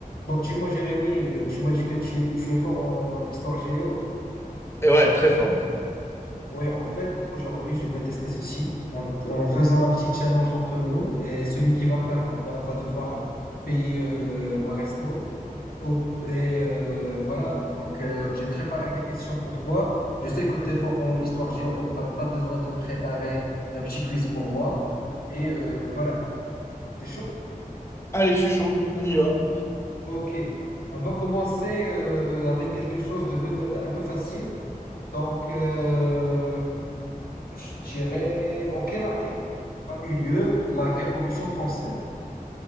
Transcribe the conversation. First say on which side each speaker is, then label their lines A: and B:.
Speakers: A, on the left; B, on the left.
A: Donc, dis-moi, Jérémy, euh, tu m'as dit que tu, tu es fort en histoire géo.
B: Et ouais, très fort, ouais.
A: Ouais, en fait, aujourd'hui, je vais tester ceci en, en faisant un petit challenge entre nous. Et celui qui va perdre va, va devoir payer euh, au resto. Au- et euh, voilà, euh, donc euh, j'ai préparé des questions pour toi. Je sais que tu es fort en histoire géo, donc t'as pas besoin de préparer un petit quiz pour moi. Et euh, voilà, t'es chaud?
B: Allez, je suis chaud, on y va.
A: Ok, on va commencer euh, avec quelque chose de peu fa- un peu facile. Donc, euh, je dirais, en quelle année a eu lieu la Révolution française?